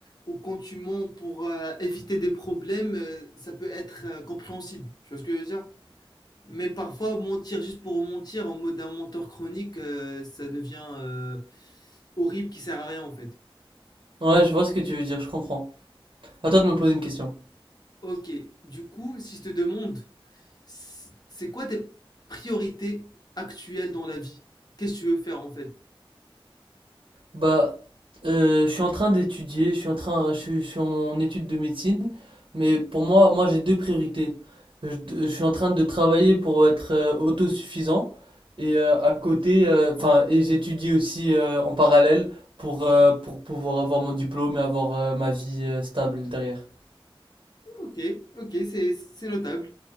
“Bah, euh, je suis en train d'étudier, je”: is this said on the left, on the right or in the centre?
Right